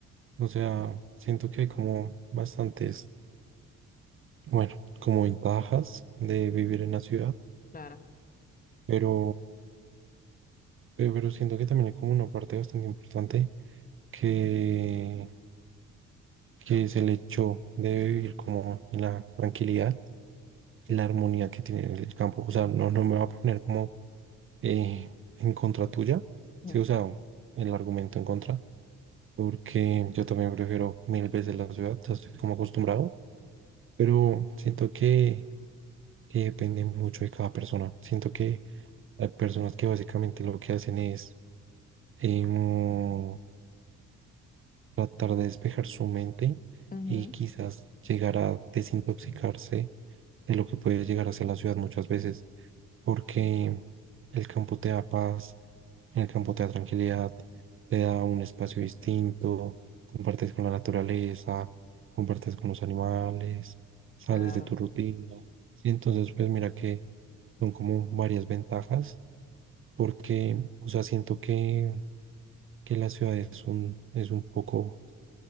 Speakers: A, on the right (about 45°); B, on the left (about 30°).
A: o sea, siento que hay como bastantes Bueno, como ventajas de vivir en la ciudad,
B: claro,
A: pero, pe- pero siento que también hay como una parte bastante importante que, que es el hecho de vivir como en la tranquilidad
B: sí.
A: y la armonía que tiene el campo. O sea, no, no me va a poner como eh, en contra tuya,
B: Mm,
A: sí, o sea, el argumento en contra, porque yo también prefiero mil veces la ciudad, ya estoy como acostumbrado, pero siento que, que depende mucho de cada persona. Siento que Hay personas que básicamente lo que hacen es em, tratar de despejar su mente
B: ujú,
A: y quizás llegar a desintoxicarse de lo que puede llegar a ser la ciudad muchas veces, porque el campo te da paz, el campo te da tranquilidad, te da un espacio distinto, compartes con la naturaleza, compartes con los animales, sales
B: claro.
A: de tu rutina. Y entonces, pues mira que son como varias ventajas, porque, o sea, siento que que la ciudad es un, es un poco,